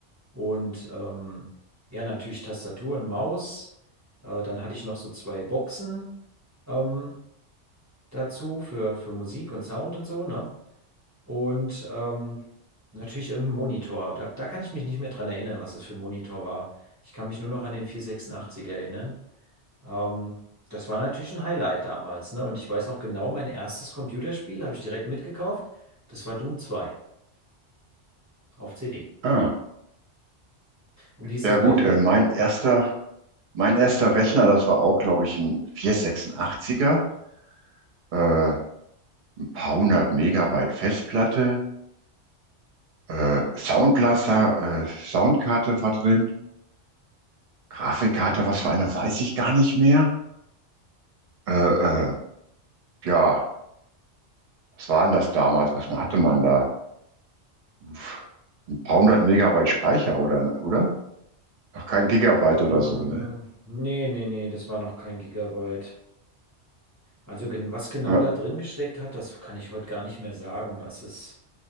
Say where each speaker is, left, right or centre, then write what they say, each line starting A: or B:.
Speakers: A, on the right; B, on the right.
A: und ähm, ja, natürlich Tastatur und Maus. Äh, dann hatte ich noch so zwei Boxen. Ähm, dazu für, für Musik und Sound und so, ne? Und ähm, natürlich irgendein Monitor. Da, da kann ich mich nicht mehr dran erinnern, was es für ein Monitor war. Ich kann mich nur noch an den 486 erinnern. Ähm, das war natürlich ein Highlight damals, ne? Und ich weiß auch genau, mein erstes Computerspiel habe ich direkt mitgekauft. Das war Doom zwei auf CD.
B: Ah,
A: Und wie ist
B: ja
A: das
B: gut,
A: bei dir?
B: äh, mein erster, mein erster Rechner, das war auch, glaube ich, ein 486er, äh, ein paar hundert Megabyte Festplatte, äh, Soundblaster, äh, Soundkarte war drin Grafikkarte, was für eine, weiß ich gar nicht mehr. Äh, äh, ja, was war denn das damals? Was hatte man da? Uff, Ein paar hundert Megabyte Speicher oder, oder? Noch kein Gigabyte
A: Mm,
B: oder so, ne?
A: Nee, nee, nee, das war noch kein Gigabyte. Also gen- was genau
B: Ja,
A: da drin gesteckt hat, das kann ich heute gar nicht mehr sagen. Es ist,